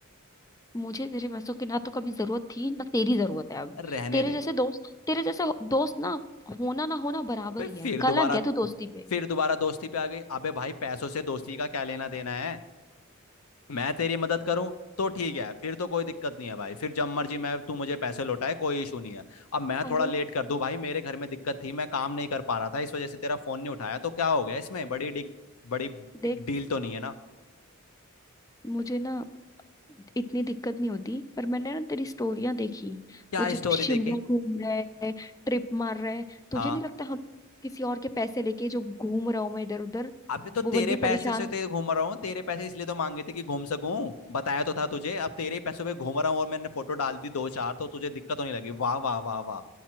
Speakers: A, on the left; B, on the left.
A: मुझे तेरे पैसों की ना तो कभी जरूरत थी ना तेरी जरूरत है अब
B: रहने
A: तेरे
B: दे
A: जैसे दोस्त तेरे जैसे हो- दोस्त ना होना ना होना बराबर
B: अबे फिर
A: ही है कलंक
B: दोबारा
A: है तू दोस्ती पे
B: फिर दोबारा दोस्ती पे आ गई अबे भाई पैसों से दोस्ती का क्या लेना देना है मैं तेरी मदद करूं तो ठीक है फिर तो कोई दिक्कत नहीं है भाई फिर जब मर्जी मैं तू मुझे पैसे लौटाए कोई इशू नहीं है अब मैं
A: अरे
B: थोड़ा लेट कर दूं भाई मेरे घर में दिक्कत थी मैं काम नहीं कर पा रहा था इस वजह से तेरा फोन नहीं उठाया तो क्या हो गया इसमें बड़ी डिग बड़ी बिग
A: देख
B: डील तो नहीं है ना
A: मुझे ना इतनी दिक्कत नहीं होती पर मैंने ना तेरी स्टोरियां देखी
B: क्या
A: वो जो
B: स्टोरी
A: तू शिमला
B: देखी
A: घूम रहा है ट्रिप मार रहा है तुझे
B: हाँ
A: नहीं लगता हम किसी और के पैसे लेके जो घूम रहा हूं मैं इधर उधर
B: अबे तो तेरे
A: वो बंदी
B: पैसे
A: परेशान
B: से
A: हो
B: तो ये घूम रहा हूँ तेरे पैसे इसलिए तो मांगे थे कि घूम सकूं बताया तो था तुझे अब तेरे ही पैसों पे घूम रहा हूँ और मैंने फोटो डाल दी दो चार तो तुझे दिक्कत होने लगी वाह वाह वाह वाह